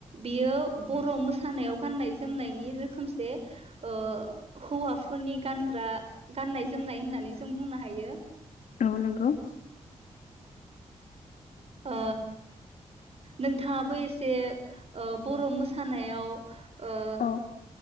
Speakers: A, on the right (about 50°); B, on the left (about 85°).
A: बियो बर' मोसानायाव गान्नाय जोमनायनि रोखोमसे ओ हौवाफोरनि गानग्रा गान्नाय जोमनाय होननानै जों बुंनो हायो।
B: औ नंगौ
A: ओ नोंथाङाबो एसे ओ बर' मोसानायाव ओ।
B: औ